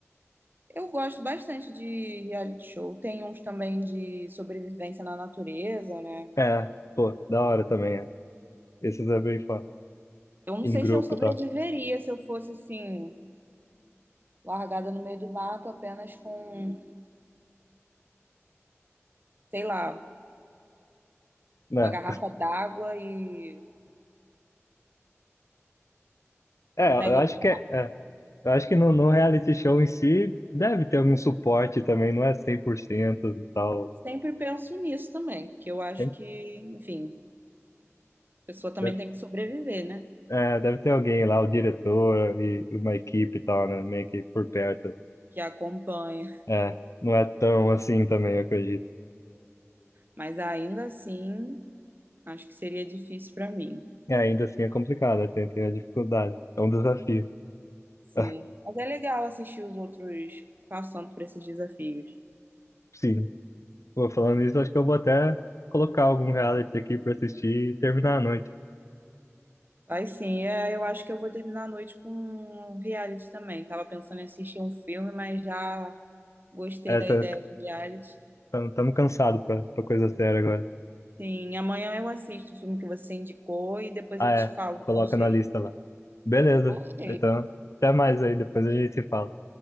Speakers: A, on the right; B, on the left.
A: Eu gosto bastante de reality show. Tem uns também de sobrevivência na natureza, né?
B: É, pô, da hora também, é. Esses é bem fã,
A: Eu não
B: em
A: sei
B: grupo
A: se eu sobreviveria
B: e tal.
A: se eu fosse assim, largada no meio do mato apenas com, sei lá,
B: Né?
A: uma garrafa d'água e
B: É,
A: um
B: eu
A: negócio.
B: acho que é, é. Eu acho que no, no reality show em si deve ter algum suporte também, não é 100% e tal.
A: Sempre penso nisso também, porque eu acho
B: Tem-
A: que, enfim, a pessoa também
B: deve,
A: tem que sobreviver, né?
B: é, deve ter alguém lá, o diretor e uma equipe e tal, né? Meio que por perto.
A: Que acompanha.
B: É, não é tão assim também, eu acredito.
A: Mas ainda assim, acho que seria difícil para mim.
B: É, ainda assim é complicado, tem, tem a dificuldade. É um desafio.
A: Sim.
B: <laughs>
A: Mas é legal assistir os outros passando por esses desafios.
B: Sim. Pô, falando isso, acho que eu vou até colocar algum reality aqui pra assistir e terminar a noite.
A: Mas sim, é, eu acho que eu vou terminar a noite com um reality também. Tava pensando em assistir um filme, mas já gostei
B: É,
A: da
B: tá,
A: ideia de reality.
B: estamos cansados pra, pra coisa séria agora.
A: Sim, amanhã eu assisto o filme que você indicou e depois
B: Ah,
A: eu
B: é.
A: te falo o que
B: Coloca
A: eu achei.
B: na lista lá. Beleza.
A: Ok.
B: Então, até mais aí, depois a gente se fala.